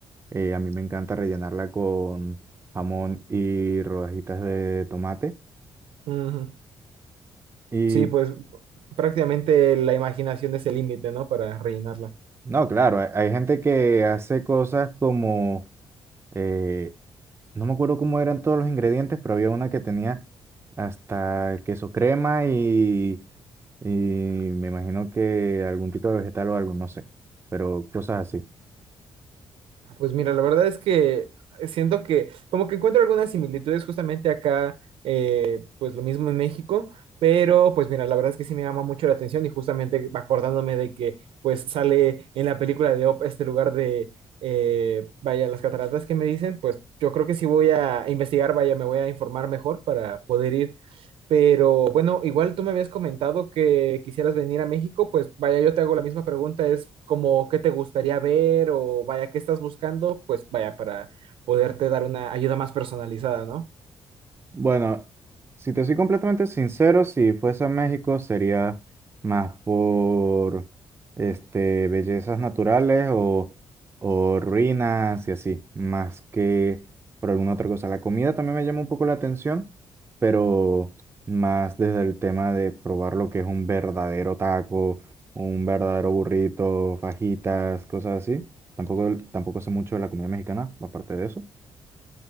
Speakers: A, on the right (about 25°); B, on the right (about 80°).
A: Eh, a mí me encanta rellenarla con jamón y rodajitas de tomate.
B: Ujú.
A: Y
B: Sí, pues prácticamente la imaginación es el límite, ¿no? Para rellenarla.
A: no, claro, hay, hay gente que hace cosas como, eh, no me acuerdo cómo eran todos los ingredientes, pero había una que tenía hasta queso crema y y me imagino que algún tipo de vegetal o algo, no sé, pero cosas así.
B: Ah, Pues mira, la verdad es que siento que como que encuentro algunas similitudes justamente acá, eh, pues lo mismo en México, pero pues mira, la verdad es que sí me llama mucho la atención y justamente acordándome de que pues sale en la película de Op este lugar de, eh, vaya, las cataratas que me dicen, pues yo creo que sí voy a investigar, vaya, me voy a informar mejor para poder ir. Pero bueno, igual tú me habías comentado que quisieras venir a México, pues vaya, yo te hago la misma pregunta, es como qué te gustaría ver o vaya, qué estás buscando, pues vaya, para poderte dar una ayuda más personalizada, ¿no?
A: Bueno, si te soy completamente sincero, si fuese a México sería más por este, bellezas naturales o, o ruinas y así, más que por alguna otra cosa. La comida también me llama un poco la atención, pero más desde el tema de probar lo que es un verdadero taco, un verdadero burrito, fajitas, cosas así. Tampoco, tampoco sé mucho de la comida mexicana, aparte de eso.